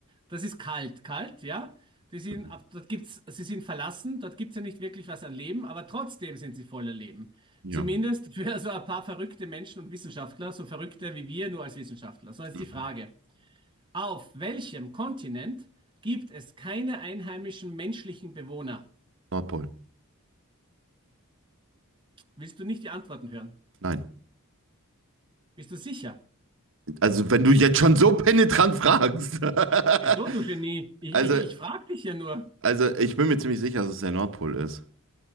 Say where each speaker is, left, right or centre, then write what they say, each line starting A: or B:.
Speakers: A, on the right (about 20°); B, on the right (about 60°).
A: Das ist kalt, kalt, ja. Die sind,
B: Mhm.
A: ab- dort gibt's, sie sind verlassen, dort gibt es ja nicht wirklich was an Leben, aber trotzdem sind sie voller Leben.
B: Ja.
A: Zumindest für so ein paar verrückte Menschen und Wissenschaftler, so verrückte wie wir, nur als Wissenschaftler. So jetzt
B: Mhm.
A: die Frage. Auf welchem Kontinent gibt es keine einheimischen menschlichen Bewohner?
B: Nordpol.
A: Willst du nicht die Antworten hören?
B: Nein.
A: Bist du sicher?
B: Also, wenn du jetzt schon so penetrant fragst. <laughs>
A: Wieso, du Genie? Ich,
B: Also,
A: ich, ich frage dich ja nur.
B: also ich bin mir ziemlich sicher, dass es der Nordpol ist.